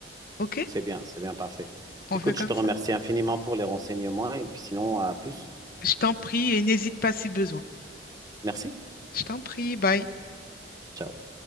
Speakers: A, on the left; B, on the right.
A: OK?
B: C'est bien, c'est bien, parfait.
A: On
B: Écoute,
A: fait comme
B: je te remercie
A: ça?
B: infiniment pour les renseignements et puis sinon, à plus.
A: Je t'en prie et n'hésite pas si besoin.
B: Merci.
A: Je t'en prie, bye.
B: Ciao.